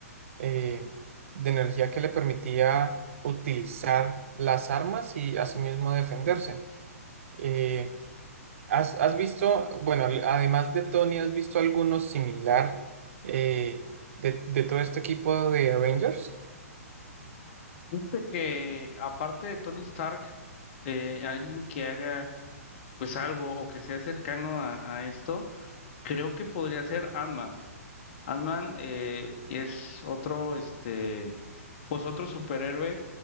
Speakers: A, on the right; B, on the left.
A: eh, de energía que le permitía utilizar las armas y asimismo defenderse. Eh, ¿has, has visto, bueno, al- además de Tony, ¿has visto alguno similar eh, de, de todo este equipo de Avengers?
B: Fíjate que aparte de Tony Stark, eh, alguien que haga pues algo o que sea cercano a, a esto, creo que podría ser ant Ant-Man eh, es otro, este, pues otro superhéroe